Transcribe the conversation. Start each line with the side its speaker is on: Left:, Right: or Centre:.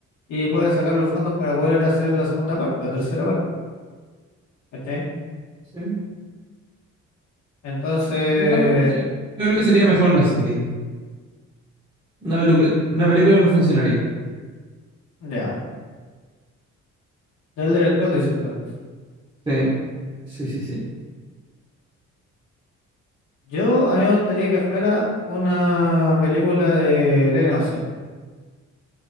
Left: y pueda sacar los fondos para poder hacer la segunda parte o tercera parte, ¿cachai?
Right: ¿sí?
Left: Entonces,
Right: No, pero sí, yo creo que sería mejor una serie. Una, pelu- una película no funcionaría.
Left: ya, del Elder Scrolls dices tú entonces.
Right: Sí, sí, sí, sí.
Left: Yo, a mí me gustaría que fuera una película de Legend of Zelda.